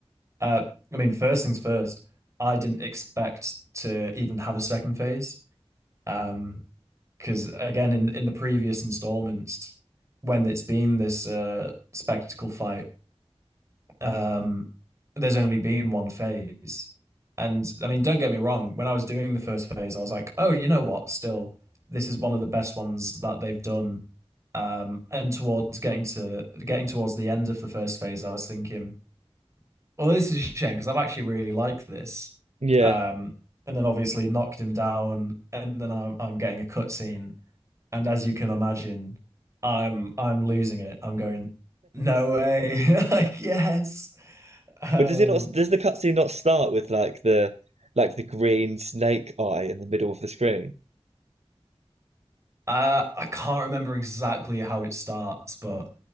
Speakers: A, on the right; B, on the right.
A: uh, I mean, first things first, I didn't expect to even have a second phase. Um, because again, in in the previous installments, when it's been this uh spectacle fight, um, there's only been one phase. And I mean, don't get me wrong, when I was doing the first phase, I was like, oh, you know what? Still, this is one of the best ones that they've done. Um, and towards getting to getting towards the end of the first phase, I was thinking, well, this is a shame because I've actually really liked this.
B: Yeah,
A: Um, and then obviously knocked him down, and then I'm I'm getting a cutscene. And as you can imagine, I'm I'm losing it. I'm going, no way. <laughs> Like, yes. Um,
B: but does it not? Does the cutscene not start with like the like the green snake eye in the middle of the screen?
A: uh, I can't remember exactly how it starts, but